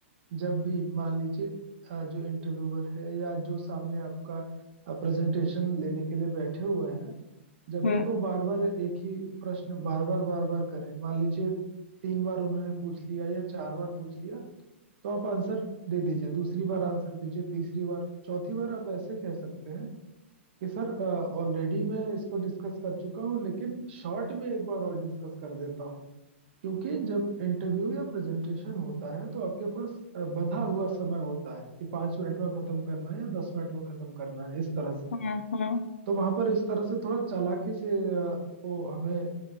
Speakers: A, on the right; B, on the left.
A: जब भी मान लीजिए अ, जो इंटरव्यूअर है या जो सामने आपका प्रेजेंटेशन लेने के लिए बैठे हुए हैं जब
B: हम्म
A: भी वो बार बार एक ही प्रश्न बार बार बार बार करें मान लीजिए तीन बार उन्होंने पूछ लिया या चार बार पूछ लिया तो आप आंसर दे दीजिए दूसरी बार आंसर दीजिए तीसरी बार चौथी बार आप ऐसे कह सकते हैं कि सर ऑलरेडी मैं इसको डिस्कस कर चुका हूँ लेकिन शॉर्ट में एक बार और डिस्कस कर देता हूँ क्योंकि जब इंटरव्यू या प्रेजेंटेशन होता है तो आपके पास अ, बंधा हुआ समय होता है कि पांच मिनट में खत्म करना है या दस मिनट में खत्म करना है इस तरह से
B: हम्म हम्म
A: तो वहां पर इस तरह से थोड़ा चालाकी से अ, वो हमें